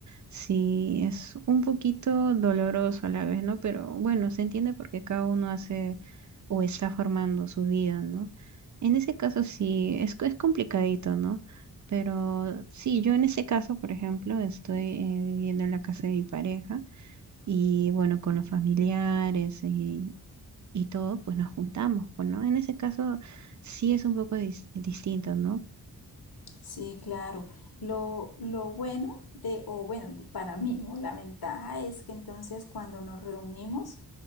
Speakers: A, on the right; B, on the left.
A: Sí, es un poquito doloroso a la vez, ¿no? Pero bueno, se entiende porque cada uno hace o está formando su vida, ¿no? En ese caso sí, es, es complicadito, ¿no? Pero sí, yo en ese caso, por ejemplo, estoy eh, viviendo en la casa de mi pareja y bueno, con los familiares y, y todo, pues nos juntamos, pues, ¿no? En ese caso sí es un poco dis- distinto, ¿no?
B: Sí, claro. Lo, lo bueno de, o bueno, para mí, ¿no? La ventaja es que entonces cuando nos reunimos,